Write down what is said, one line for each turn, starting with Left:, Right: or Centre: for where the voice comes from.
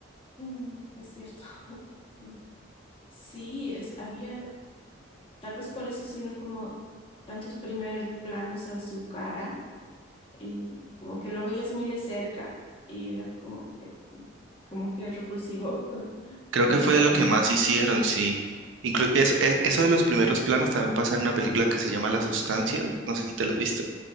Left: Mm, es cierto. <laughs> Mm. Sí, es, había, tal vez por eso hicieron como tantos primer planos a su cara y como que lo veías muy de cerca y era como que, como que repulsivo, <laughs>
Right: Creo
Left: bueno,
Right: que fue
Left: para
Right: de lo que
Left: mí.
Right: más hicieron, sí. Inclu- es- es- eso de los primeros planos también pasa en una película que se llama La Sustancia, no sé si te la viste,